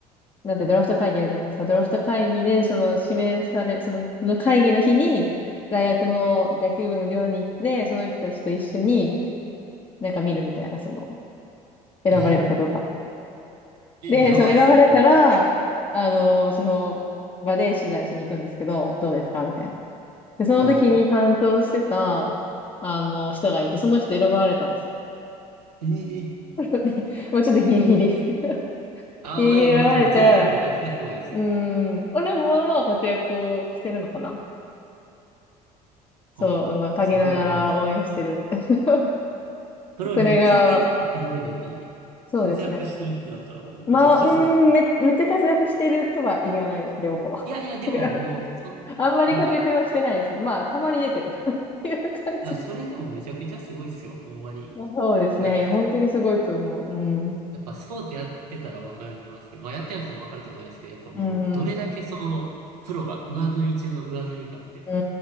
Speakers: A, on the left (about 25°); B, on the right (about 80°).
A: なんてドラフト会議あるじゃないですか。ドラフト会議でその指名され、その、の会議の日に大学の野球部の寮に行って、その人たちと一緒になんか見るみたいな、その、選ばれるかどうか。
B: え、え、
A: で、
B: やばいっすね、
A: その選ばれたら、
B: そんな。
A: あの、その場で取材しに行くんですけど、どうですかみたいな。で、その時に担当してた、
B: ああ、
A: あの、人がいて、その人選ばれたんですよ。
B: ええ
A: <laughs> なので、まあちょっとギリギリ <laughs>
B: ああ、
A: ギリギリ選ばれて、
B: まあ、いや、まあでも、それでもめちゃくちゃすごいですよ。
A: うん。俺もまあまあ活躍をしてるのかなそう、
B: あ、
A: あの、陰ながら応援してる。
B: すごい。もう、
A: <laughs>
B: プロに行くだけでもすごいのに、
A: それが、そうですね。
B: 活躍してるってなったらもうめちゃくちゃすごい。
A: まあ、うん、め、めっちゃ活躍してるとは言わないです、両方。
B: いやいや、
A: <laughs>
B: でももう、
A: 違う。
B: そん、
A: あんまり活躍はしてないですね。
B: なんか、い
A: まあ、たまに出てる <laughs> っていう感じです。
B: や、それでもめちゃくちゃすごいっすよ。ほんまに。
A: <laughs> そうですね。
B: なんか、
A: いや、本当にすごいと思う。うん。
B: やっぱスポーツやってたらわかりますけど、まあやってなくてもわかると思いますけど、やっぱもう、
A: うんうん。
B: どれだけその、プロが上積み中の上積みかって
A: う